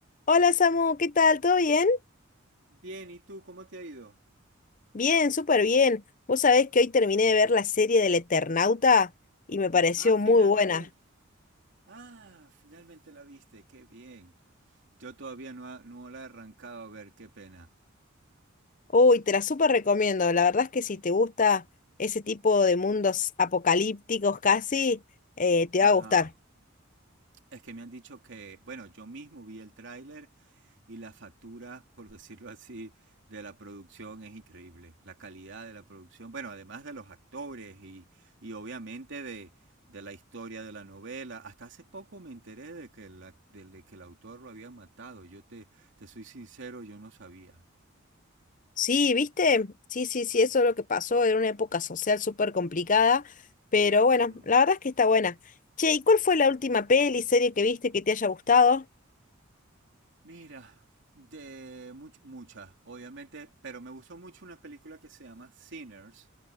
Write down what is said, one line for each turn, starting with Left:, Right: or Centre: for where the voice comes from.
Left: Hola Samu, ¿qué tal? ¿Todo bien?
Right: Bien, ¿y tú cómo te ha ido?
Left: Bien, súper bien. Vos sabés que hoy terminé de ver la serie del Eternauta y me pareció
Right: Ah, finalmente.
Left: muy buena.
Right: Ah, finalmente la viste, qué bien. Yo todavía no, ha- no la he arrancado a ver, qué pena.
Left: Uy, te la súper recomiendo. La verdad es que si te gusta ese tipo de mundos apocalípticos casi, eh, te
Right: Ajá.
Left: va a gustar.
Right: Es que me han dicho que, bueno, yo mismo vi el tráiler y la factura, por decirlo así, de la producción es increíble. La calidad de la producción, bueno, además de los actores y, y obviamente de, de la historia de la novela. Hasta hace poco me enteré de que, la- de- de que el autor lo habían matado. Yo te, te soy sincero, yo no sabía.
Left: Sí, ¿viste? Sí, sí, sí, eso es lo que pasó. Era una época social súper complicada, pero bueno,
Right: Ujú.
Left: la verdad es que está buena. Che, ¿y cuál fue la última peli, serie que viste que te haya gustado?
Right: Mira, de much- muchas, obviamente, pero me gustó mucho una película que se llama Sinners,